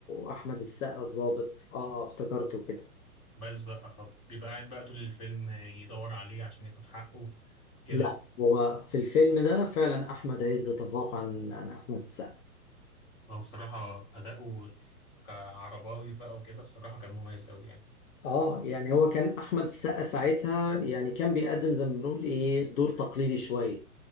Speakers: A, on the left; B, on the left.
A: احمد السقا الضابط اه اه افتكرته كده
B: بس بقى فبيبقى قاعد بقى طول الفيلم يدور عليه عشان ياخد حقه كده
A: لا
B: بقى
A: هو في الفيلم ده فعلا احمد عز تفوق عن عن احمد السقا
B: هو بصراحة أداؤه كعرباوي بقى وكده بصراحة كان مميز أوي يعني
A: اه يعني هو كان احمد السقا ساعتها يعني كان بيقدم زي ما بنقول ايه دور تقليدي شوية